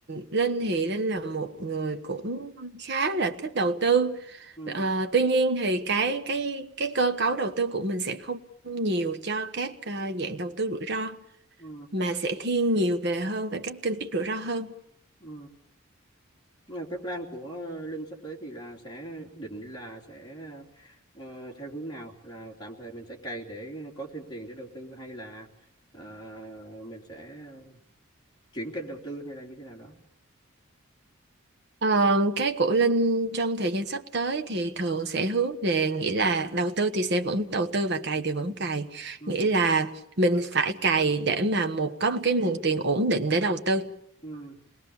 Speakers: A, on the right; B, on the left.
A: Linh thì Linh là một người cũng khá là thích đầu tư.
B: ừ,
A: Ờ, tuy nhiên thì cái cái cái cơ cấu đầu tư của mình sẽ không nhiều cho các ờ, dạng đầu tư rủi ro
B: ừ,
A: mà sẽ thiên nhiều về hơn về các kênh ít rủi ro hơn.
B: ừ. Nhưng mà cái plan của Linh sắp tới thì là sẽ định là sẽ ờ, theo hướng nào là tạm thời mình sẽ cày để có thêm tiền để đầu tư hay là ờ, mình sẽ chuyển kênh đầu tư hay là như thế nào đó.
A: Ờ, cái của Linh trong thời gian sắp tới thì thường sẽ hướng về nghĩa là đầu tư thì sẽ vẫn đầu tư và cày thì vẫn cày.
B: Ừ,
A: Nghĩa là mình phải cày để mà một có một cái nguồn tiền ổn định để đầu tư
B: ừ,